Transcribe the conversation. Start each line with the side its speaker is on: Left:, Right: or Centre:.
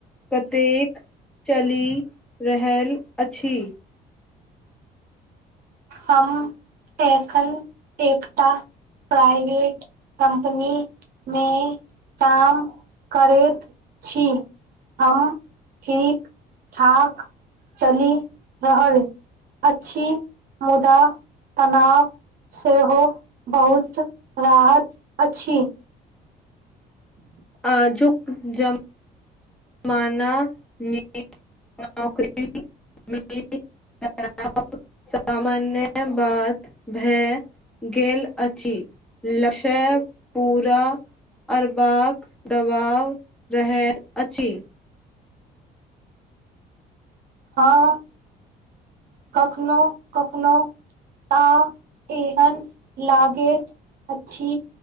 Centre: कतेक चलि रहल अछि?
Right: हम एखन एकटा प्राइवेट कम्पनी मे काम करैत छी। हम ठीक ठाक चलि रहल अछि। मुदा तनाव सेहो। बहुत रहत अछि। ह
Centre: आजुक जम जमानामे नौकरीमे खराब सामान्य बात भए गेल अछि लक्ष्य पूरा करबाक दबाव रहैत अछि।
Right: हँ कखनो कखनो आ एहन लागैत अछि